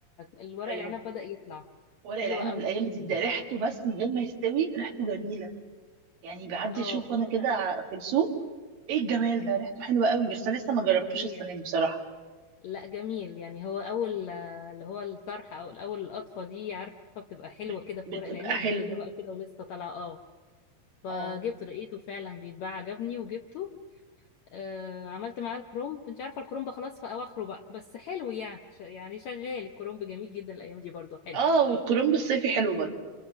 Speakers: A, on the left (about 70°); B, on the right (about 65°).
A: الورق
B: ايوه
A: العنب بدأ يطلع
B: ورق
A: حلوة
B: العنب
A: قوي
B: الأيام
A: الايام
B: دي ده
A: دي
B: ريحته بس من غير ما يستوي ريحته جميلة يعني بعدي
A: اه
B: اشوف
A: فبدأ
B: وانا كده في السوق ايه الجمال ده ريحته حلوة قوي بس انا لسه ما جربتوش
A: فظيع
B: السنة دي بصراحة
A: لا جميل يعني هو اول آه، اللي هو الطرحة او الاول القطفة دي عارفة بتبقى حلوة
B: بت...
A: كده في
B: بتبقى
A: ورق العنب
B: حلو
A: جديدة بقى كده ولسه طالعة اه فجبته
B: اه
A: لقيته فعلا بيتباع عجبني وجبته آه عملت معاه الكرومب مش عارفة الكرومب خلاص في أواخره بقى بس حلو يعني ش- يعني شغال الكرومب جميل جدا الأيام دي برضو حلو
B: اه والكرنب الصيفي حلو برضه